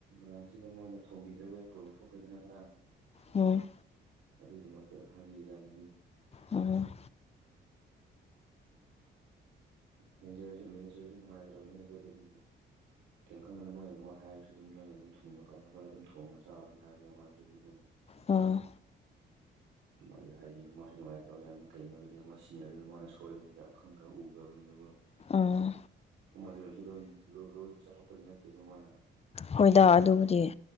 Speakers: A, on the right; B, on the left.
A: ꯔꯥꯡꯁꯤꯗ ꯃꯣꯏꯅ ꯊꯣꯡꯕꯤꯗ꯭ꯔꯕ ꯄ꯭ꯔꯣꯕ꯭ꯂꯦꯝ ꯊꯣꯛꯈ꯭ꯔꯦꯗꯅ ꯉꯔꯥꯡ
B: ꯎꯝ
A: ꯑꯗꯨꯗꯗꯤ ꯃꯛꯇ ꯍꯥꯏꯕꯤꯌꯨꯖꯥꯅꯤꯡꯗꯣ
B: ꯎꯝ
A: ꯃꯦꯅꯦꯖꯔꯁꯦ ꯅꯨꯡꯉꯥꯏꯇ꯭ꯔꯕꯅꯦ ꯑꯩꯈꯣꯏꯗꯗꯒꯤ ꯀꯩꯝ ꯈꯪꯒꯅꯨ ꯃꯣꯏꯅ ꯑꯗꯨꯝ ꯍꯥꯏꯔꯁꯨ ꯑꯗꯨꯝ ꯅꯣꯏꯅ ꯑꯗꯨꯝ ꯊꯣꯡꯅꯤꯡꯕꯀꯜ ꯍꯧꯒꯠꯂ ꯑꯗꯨꯝ ꯊꯣꯡꯉꯒ ꯆꯥ ꯑꯗꯨꯝ ꯍꯥꯏꯕꯅꯤ ꯃꯥꯅꯁꯨ ꯑꯗꯨꯝ
B: ꯑ
A: ꯃ ꯍꯥꯏꯗꯤ ꯍꯥꯏꯗꯤ ꯃꯥꯁꯨ ꯉꯥꯏꯇꯕ ꯑꯣꯖꯥꯠꯅ ꯀꯩꯅꯣ ꯍꯥꯏꯗꯤ ꯃꯥ ꯁꯤꯖꯤꯟꯅꯔꯔꯤꯕꯅ ꯃꯥꯅ ꯁꯣꯏꯕꯅꯤꯅ ꯑꯈꯪ ꯈ ꯎꯈ꯭ꯔꯕꯅꯤꯅ
B: ꯎꯝ
A: ꯃꯗꯨꯁꯨ ꯂꯣꯍꯤ ꯂꯣꯍꯤ ꯆꯠ ꯇꯣꯛꯄꯗꯤꯅꯠꯇꯕ ꯃꯥꯅ
B: ꯍꯣꯏꯗ ꯑꯗꯨꯕꯨꯗꯤ